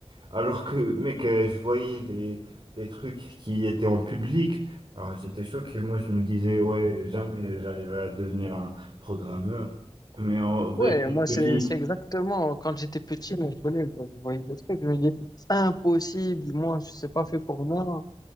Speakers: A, on the right; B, on the left.
A: Alors que, mec, euh, je voyais les, les trucs qui étaient en public, alors j'étais choqué, moi, je me disais, ouais, jamais j'arriverai à devenir un programmeur. Mais en vrai,
B: ouais, moi, c'est,
A: c'est fini.
B: c'est exactement quand j'étais petit, mon collègue, je voyais des trucs, je me dis, impossible, moi, c'est pas fait pour moi.